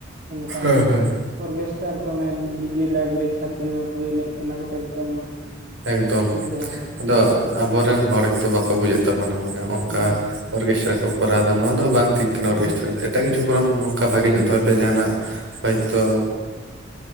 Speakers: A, on the right (about 45°); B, on the right (about 75°).
A: ᱢᱮᱱᱠᱷᱟᱱ
B: ᱦᱮᱸ ᱦᱮᱸ
A: ᱚᱨᱠᱮᱥᱴᱟᱨ ᱠᱚ ᱰᱤᱡᱮ ᱞᱟᱜᱽᱲᱮ ᱪᱷᱟᱯᱨᱤ ᱢᱟᱯᱨᱤ ᱮᱱᱮᱡ ᱚᱱᱟ ᱠᱚᱫᱚ ᱮᱠᱫᱚᱢ
B: ᱮᱠᱫᱚᱢ
A: ᱴᱷᱤᱠ ᱫᱚ ᱵᱟᱝ ᱠᱟᱱᱟ
B: ᱟᱫᱚ ᱟᱵᱚᱨᱮᱱ ᱦᱚᱲ ᱜᱮᱛᱚ ᱵᱟᱠᱚ ᱵᱩᱡ ᱮᱫ ᱛᱟᱵᱚᱱᱟ, ᱢᱟᱱᱮ ᱚᱱᱠᱟ
A: ᱦᱩᱸ
B: ᱚᱨᱠᱮᱥᱴᱨᱟ ᱠᱚᱨᱟᱣ ᱮᱫᱟ ᱱᱚᱣᱟ ᱫᱚ ᱵᱟᱝ ᱴᱷᱤᱠ ᱠᱟᱱᱟ
A: ᱦᱮᱸ
B: ᱚᱨᱠᱮᱥᱴᱨᱟ ᱫᱚ ᱮᱟᱜ
A: ᱦᱮᱸ
B: ᱠᱤᱪᱷᱩ ᱵᱚᱨᱚᱝ ᱚᱱᱠᱟ ᱵᱷᱟᱜᱮ ᱧᱚᱜ ᱫᱚᱦᱚᱭ ᱯᱮ᱾ ᱡᱟᱦᱟᱱᱟᱜ ᱦᱚᱭ ᱛᱚ